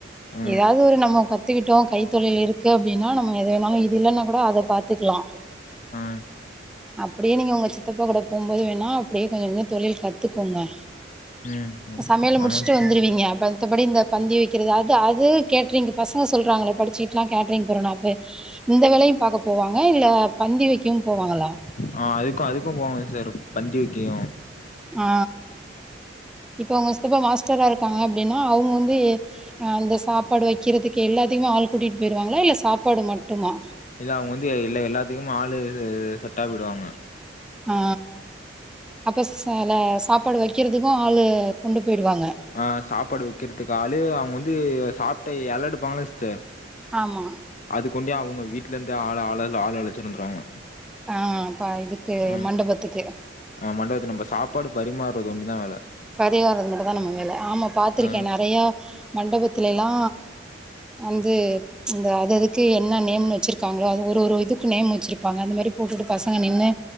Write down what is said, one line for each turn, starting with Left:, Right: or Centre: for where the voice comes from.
Left: ம்
Centre: எதாவ்து ஒரு நம்ம கத்துக்குட்டோ கைத் தொழில் இருக்கு அப்டினா நம்ம எத வேணாலு இது இல்லனாகூட அத பாத்துக்கலா
Left: ஆ
Centre: அப்படியே நீங்க உங்க சித்தப்பாகூட போம்போது வேணா அப்படியே கொஞ்சோ கொஞ்சோ தொழில் கத்துக்கோங்க
Left: ம்
Centre: சமையல முடிச்சுட்டு
Left: ஆமா சிஸ்டர்
Centre: வந்துருவீங்க மத்தப்படி இந்த பந்தி வெக்கிறது அது அது கேட்ரிங்கு பசங்க சொல்றாங்களே படிச்சிகிட்டுலா கேட்டரிங் போறனோ அப்ப இந்த வேலையு பாக்க போவாங்க இல்ல பந்தி வெக்கவு போவாங்களா
Left: ஆ அதுக்கு அதுக்கு போவோங் சிஸ்டர் பந்தி வெக்கயு
Centre: ஆ இப்ப உங்க சித்தப்பா மாஸ்டரா இருக்காங்க அப்டினா அவுங்க வந்து அ அந்த சாப்பாடு வெக்கிறதுக்கு எல்லாத்தையுமே ஆள் கூட்டிட்டு போய்ருவாங்களா இல்ல சாப்பாடு மட்டுமா
Left: இல்ல அவுங்க வந்து இல்ல எல்லாத்துக்கு ஆளு செட்டா போய்டுவாங்க
Centre: ஆ அப்ப ச ல சாப்பாடு வெக்கிறதுக்கு ஆளு கொண்டு போய்டுவாங்க
Left: ஆ சாப்பாடு வெக்கிறதுக்க ஆளு அவுங்க வந்து சாப்ட்ட எல எடுப்பாங்கள சிஸ்டர்
Centre: ஆமா
Left: அதுக்கொண்டே அவுங்க வீட்ல இருந்தே ஆ ஆள ஆள் அழச்சிட் வந்துருவாங்க
Centre: ஆ ப இதுக்கு
Left: ம்
Centre: மண்டபத்துக்கு
Left: ஆ மண்டபத்த நம்ம சாப்பாடு பரிமாற்றது ஒன்னுதா வேல
Centre: பரிவாறது மட்டுதா நம்ம மேல ஆமா பாத்திருக்கே
Left: ஆ
Centre: நறையா மண்டபத்துலலா வந்து அந்த அது அதுக்கு என்ன நேம்னு வெச்சிருக்காங்களோ அது ஒரு ஒரு இதுக்கு நேம் வெச்சிருப்பாங்க அந்த மாரி போட்டுட்டு பசங்க நின்னு